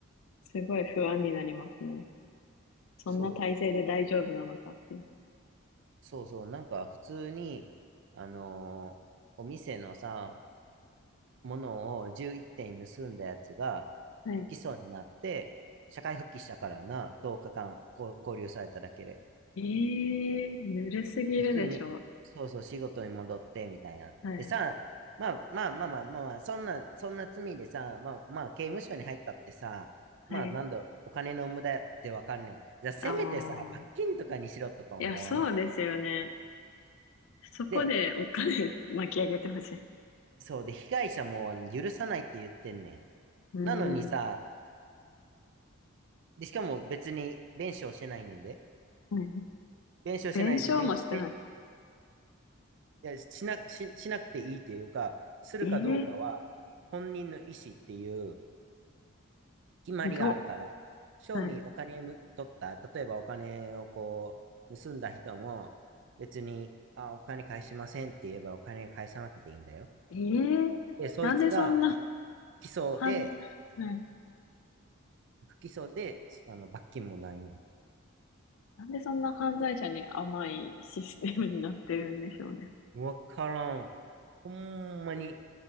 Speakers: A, on the left (about 65°); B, on the right (about 55°).
A: すごい不安になりますね。そんな体制で大丈夫なのかって。
B: そう、そうそう、なんか普通に、あのーお店のさ、ものを11点盗んだやつが不起訴になって、
A: はい。
B: 社会復帰したからな、10日間こう拘留されただけで。
A: ええぬるすぎるでしょう。
B: 普通に、そうそう、仕事に戻って、みたいな。
A: はい。
B: でさ、まあまあまあまあまあ、まあそんな、そんな罪でさ、まあまあ、刑務所に入ったってさ、
A: はい。
B: まあなんだろう、お金の無駄ってわかんない。じゃあ、せめてさ、
A: ああ。
B: 罰金とかにしろとか思わん
A: いや、そうですよね。そこでお金
B: で、
A: <laughs> 巻き上げてほしい。
B: そうで、被害者もあの許さないって言ってんね
A: うーん。
B: ん。なのにさ、で、しかも別に弁償してないねんで。
A: はい
B: 弁償してないし、
A: 弁償もしてない。
B: 弁、弁、いや、しな、し、しなくていいっていうか、するかどうかは、
A: ええ
B: 本人の意思っていう、決まりがあるから、
A: ひどっ。
B: 賞味お金ぬ取った、
A: はい。
B: 例えばお金をこう、盗んだ人も、別に、あ、お金返しませんって言えばお金返さなくていいんだよ。
A: ええなんでそんな
B: で、そいつが、起訴で、
A: 犯、はい。
B: 不起訴で、あの、罰金もないね
A: なんでそんな犯罪者に甘いシステムになってるんでしょうね。
B: ん。わからん。ほんまに、